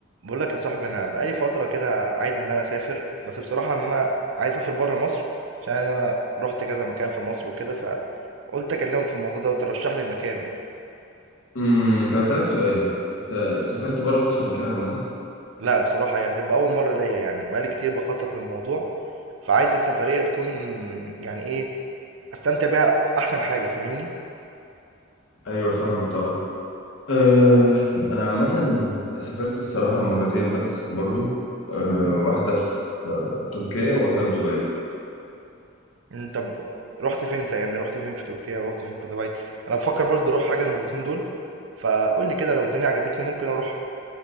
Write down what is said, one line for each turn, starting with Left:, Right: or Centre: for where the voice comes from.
Right: بقول لك يا صاحبي انا بقالي فتره كده عايز ان انا اسافر بس بصراحه ان انا عايز اسافر بره مصر عشان انا رحت كذا مكان في مصر وكده فقلت اكلمك في الموضوع ده وترشح لي مكان
Left: امم طب اسالك سؤال انت سافرت بره مصر قبل كده عامه
Right: لا بصراحه هي هتبقى اول مره ليا يعني بقالي كتير بخطط للموضوع فعايز السفريه تكون يعني ايه استمتع بيها احسن حاجه فاهمني
Left: ايوه فاهمك طبعا أه انا عامه سافرت الصراحه مرتين بس برضو أه واحده في آه، تركيا وواحده في دبي
Right: أمم، طب رحت فين سا- يعني رحت فين في تركيا ورحت فين في دبي انا بفكر برضه اروح حاجه من الاتنين دول فقول لي كده لو الدنيا عجبتني ممكن اروح